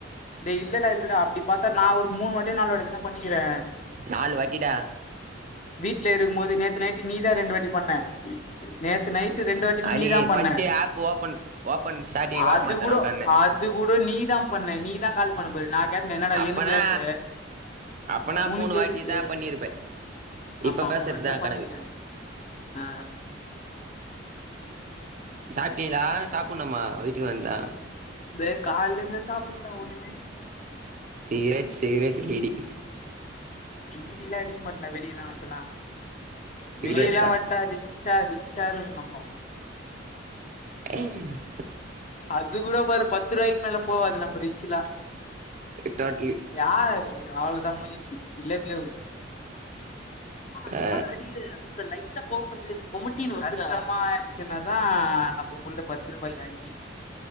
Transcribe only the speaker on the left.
டேய் இல்லடா இல்லடா அப்டி பாத்தா நா ஒரு மூணு வாட்டியோ நாலு வாட்டியோ தான பண்ணிகிறே
வீட்ல இருக்கும் போது நேத்து நைட்டு நீ தா ரெண்டு வாட்டி பண்ண நேத்து நைட் டு ரெண்டு வாட்டியுமே
நீ தா பண்ண
அது கூடோ
அது கூட நீ பண்ண நீ தா கால் பண்ணபாரு நா கேட்னே என்னடா
எனுக்கு ஏற்ல
உனுக்கேருச்சு
ஆமா
மூணு வாட்டிதா
பண்ணிகிறே ஆ ஆ
வே காலந்தே சாப்பல்ல ஒண்ணுமே
சீடிலா அடிக்க மாட்னே வெளியலா வன்டனா
வெளியலா
வன்டா ரிச்சா ரிச்சா இருக்கனு நம்மோ
அது கூட பாரு பத்து ரூவாய்க் மேல போவாது நம்ம ரிச்லா
யாரு அவ்ளோதா முஞ்சிச்சி இல்ல வேவு <unintelligible>
ஆய் சின்னதா நம்ப புள்ள பத்து ரூபாய்க்கு அஞ்சி